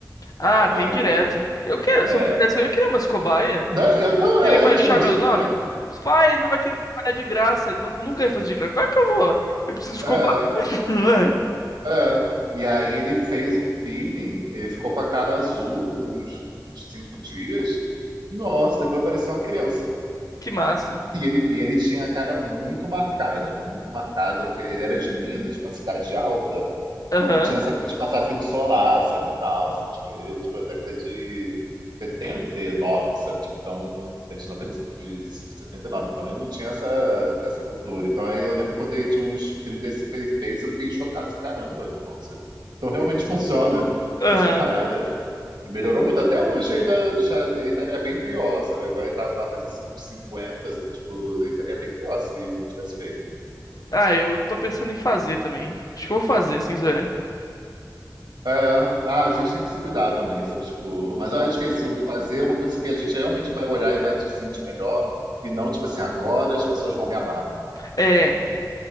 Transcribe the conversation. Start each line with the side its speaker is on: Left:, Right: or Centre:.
Left: Ah,
Right: o trabalho.
Left: tem direto. Eu quero.
Right: É,
Left: Se eu fizesse, eu ia querer umas cobaia.
Right: né? Eu tô,
Left: Querer
Right: é,
Left: manchar
Right: tipo, <laughs>
Left: meu nome. Pai, ele não vai querer trabalhar de graça. Ele não, nunca vai fazer de graça. Como é que eu vou? Eu preciso de
Right: É,
Left: cobaia. <laughs>
Right: é. E aí ele fez um peeling, ele ficou com a cara azul uns, uns cinco dias. Nossa, depois parecia uma criança.
Left: Que massa.
Right: E ele, e ele tinha a cara muito marcada, muito marcada, porque ele era de Minas, uma cidade alta.
Left: Aham.
Right: E não tinha essa coisa de passar filtro solar, sabe, tal, sabe, tipo, ele, tipo, década de 79, sabe, tipo, então, desde 90 de 79 então, ele não tinha essa, essa cultura. Então, aí eu lembro quando ele tinha uns 35 ele fez, eu fiquei chocado, assim, caramba, nossa, então realmente funciona
Left: Aham.
Right: essa parada. E melhorou muito, até hoje ainda, já, ele estaria bem pior, sabe, agora ele tá, vai fazer uns 50 sabe, tipo, ele estaria bem pior se não tivesse feito.
Left: Ah, eu tô pensando em fazer também. Acho que eu vou fazer, sem zoeira.
Right: É, ah, a gente tem que se cuidar também, sabe? Tipo, mas eu acho que é isso, fazer uma coisa que a gente realmente vai olhar e vai se sentir melhor, e não, tipo assim, agora as pessoas vão me amar.
Left: É,